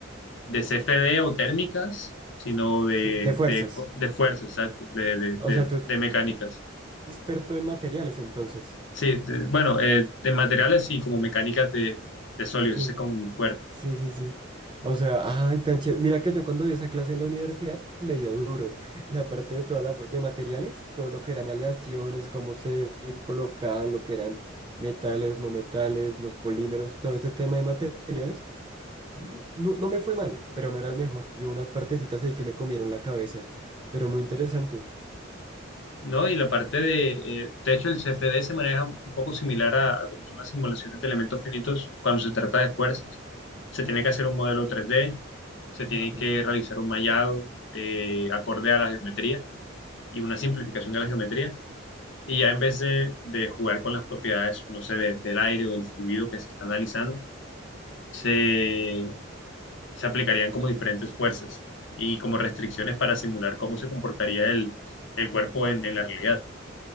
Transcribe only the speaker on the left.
de CFD o térmicas, sino de,
de, co- de fuerzas, exacto, de, de,
de-
de mecánicas.
Sí, de- bueno, eh, de materiales y como mecánicas de, de sólidos,
ese es como muy fuerte.
No, y la parte de, eh, de hecho, el CFD se maneja un poco similar a, a como son las simulaciones de elementos finitos cuando se trata de fuerzas. Se tiene que hacer un modelo 3D, se tiene
que realizar un mallado eh, acorde a la geometría y una simplificación de la geometría. Y ya en vez de, de jugar con las propiedades, no sé, de- del aire o del fluido que se está analizando, se, se aplicarían como diferentes fuerzas y como restricciones para simular cómo se comportaría el, el cuerpo en en la realidad.